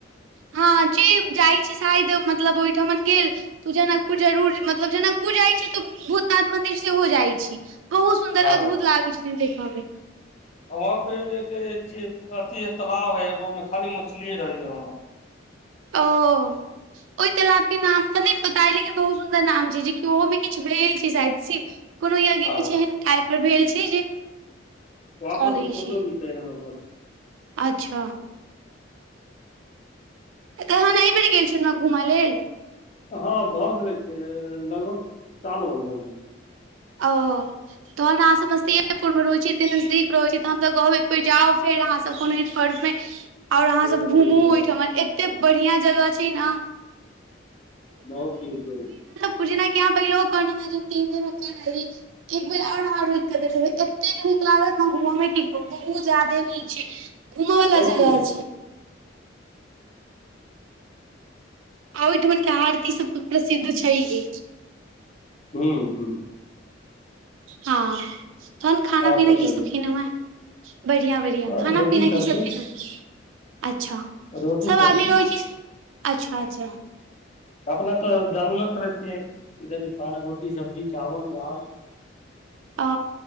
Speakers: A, on the right (about 85°); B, on the left (about 35°).
A: हँ जे जाइ छै शायद मतलब ओहिठमन गेल तू जनकपुर जरूर मतलब जनकपुर जाइत छै तऽ भूतनाथ मन्दिर सेहो जाइत छी बहुत सुन्दर
B: हँ
A: अद्भुत लागै छथिन देखऽ मे
B: वहाँ पे एक चिज एक अथि है तालाब हइ एगो मे खाली मछलीए रहै हैय वहाँं
A: ओ ओहि तालाब के नाम तऽ नहि पता ह लेकिन बहुत सुन्दर नाम छै जेकि ओहोमे किछ भेल छै साइद कोनो यज्ञ
B: हँ
A: किछु एहन टाइप पर भेल छै जे
B: वहाँ
A: चलै
B: पर के फोटो
A: छै
B: भी छैै हमरा पास
A: अच्छा तहन एहि बेर गेल छनै घूमय लेल
B: हँ भऽ गेलै से लगभग साल भर भऽ गेलै <inaudible>
A: ओ तहन अहाँ समस्तियेपुर मे रहो छी एतेक नजदीक रहै छी त हम तऽ कहब एकबेर जाउ फेर अहाँ सब कोनो पर्व मे
B: <inaudible>
A: और अहाँसब
B: जरूर
A: घूमू
B: जरूर जायब
A: ओहिठाम एते बढ़िया जगह छै न
B: बहुत निक जगह छै
A: पुजनाय की अहाँ पहिलेओ कहने मे जे तीन दिन ओतय रहि एक बेेर और अहाँ रूक के देखेबै एतेक नीक लागत ने घूमऽ मे की कर बहुत जादे ठिक छै घुमय वला
B: बहुत
A: जगह
B: नीक
A: छै आ ओहिठुमनके आरती सब प्रसिद्ध
B: हूँ
A: छैहे
B: हूँ
A: हँ तहन खाना
B: आओर
A: पीना की
B: कहियौ
A: सब खेनौ ह बढ़िया बढ़िया
B: बस
A: खाना
B: रोटी
A: पीना
B: सब्जी
A: की सब खेलौ अच्छा
B: रोटी
A: सब
B: सब्जी
A: आदमी रहै छी अच्छा अच्छा
B: अपना तऽ जानबे करै छियै इधर के खाना रोटी सब्जी चावल दाल
A: अ